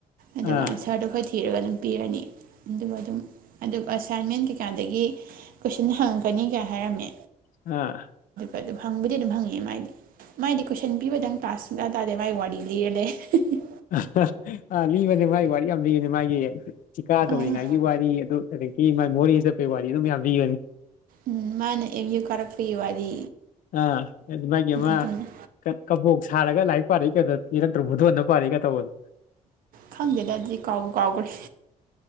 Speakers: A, on the right; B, on the left.
A: ꯑꯗꯨꯒ
B: ꯑꯥ
A: ꯑꯟꯁꯔꯗꯣ ꯑꯈꯣꯏ ꯊꯤ ꯊꯤꯔꯒ ꯑꯗꯨꯝ ꯄꯤꯔꯅꯤ ꯑꯗꯨꯒ ꯑꯗꯨꯝ ꯑꯗꯨ ꯑꯦꯁꯥꯏꯟꯃꯦꯟ ꯀꯩꯀꯥꯗꯒꯤ ꯀꯣꯏꯁꯟ ꯍꯪꯉꯛꯀ ꯅꯤ ꯒꯥꯏ ꯍꯥꯏꯔꯝꯃꯦ
B: ꯑ
A: ꯑꯗꯨ ꯍꯪꯕꯨꯗꯤ ꯑꯗꯨꯝ ꯍꯪꯉꯛꯑꯦ ꯃꯥꯏꯗꯣ ꯃꯥꯏꯗꯤ ꯀꯣꯏꯁꯟ ꯄꯤꯕꯗꯪ ꯀꯂ꯭ꯥꯁ ꯁꯨꯛꯇꯥ ꯇꯥꯗꯦ ꯃꯥꯏ ꯋꯥꯔꯤ ꯂꯤꯔ ꯂꯩ <unintelligible>
B: <unintelligible> ꯂꯤꯕꯅꯦ ꯃꯥꯒꯤ ꯋꯥꯔꯤ ꯌꯥꯝ ꯂꯤꯕꯅꯦ ꯃꯥꯒꯤ ꯊꯤꯀꯥ ꯇꯧꯔꯤꯉꯥꯏꯒꯤ
A: ꯑꯥ
B: ꯋꯥꯔꯤ ꯑꯗꯨ ꯑꯗꯒꯤ ꯃꯥꯒꯤ ꯃꯣꯔꯦ ꯆꯠꯄꯩ ꯋꯥꯔꯤꯗꯨ ꯃꯌꯥꯝ ꯂꯤꯕꯅꯤ
A: ꯎꯝ ꯃꯥꯅ ꯑꯦꯝ ꯌꯨ ꯀꯥꯔꯛꯄꯒꯤ ꯋꯥꯔꯤ
B: ꯑꯥ ꯑꯗꯨ ꯃꯥꯒꯤ ꯑꯃ
A: ꯑꯗꯨꯅꯤ
B: ꯀ ꯀꯕꯣꯛ ꯁꯥꯔ ꯂꯥꯏꯔꯤꯛ ꯄꯥꯔꯛꯏ ꯀꯥꯏꯅ ꯂꯤꯔꯛꯇ꯭ꯔꯣ ꯕꯣꯙꯣꯟꯗ ꯄꯥꯔꯛꯏ ꯀ ꯇꯧꯕꯗꯣ
A: ꯈꯪꯗꯦꯗ ꯑꯗꯨꯗꯤ ꯀꯥꯎꯕꯨ ꯀꯥꯎꯒ꯭ꯔꯦ